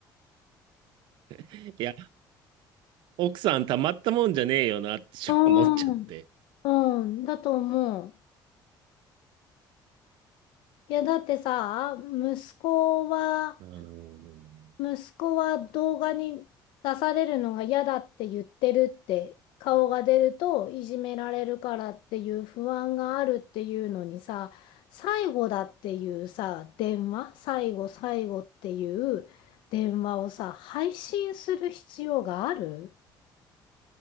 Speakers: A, on the right (about 75°); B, on the left (about 75°).
A: いや、奥さんたまったもんじゃねえよなって思っちゃって。
B: うん。うん、だと思う。いや、だってさ、息子は、
A: うん。
B: 息子は動画に出されるのが嫌だって言ってるって、顔が出るといじめられるからっていう不安があるっていうのにさ、最後だっていうさ、電話、最後最後っていう電話をさ、配信する必要がある